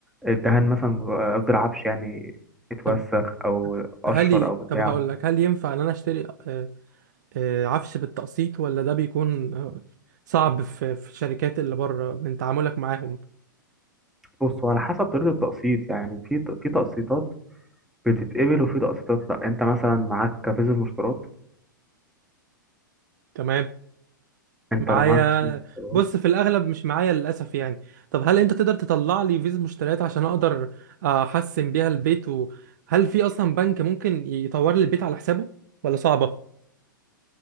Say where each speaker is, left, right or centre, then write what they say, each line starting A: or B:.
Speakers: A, in the centre; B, on the right.
A: الدهان مثلا قصدي العفش يعني اتوسخ
B: طب
A: أو قشر
B: هل ي...
A: أو بتاع
B: طب هقول لك هل ينفع ان انا اشتري آه، آه، عفش بالتقسيط ولا ده بيكون آه، صعب في في الشركات اللي بره من تعاملك معاهم
A: بص هو على حسب طريقة التقسيط يعني في في تقسيطات بتتقبل وفي تقسيطات لأ أنت مثلا معاك فيزا مشترات
B: تمام
A: أنت
B: معايا
A: لو معاك فيزا مشترات
B: بص في الاغلب مش معايا للاسف يعني طب هل انت تقدر تطلع لي فيزا مشتريات عشان اقدر آه، احسن بيها البيت وهل في اصلا بنك ممكن يطور لي البيت على حسابه ولا صعبه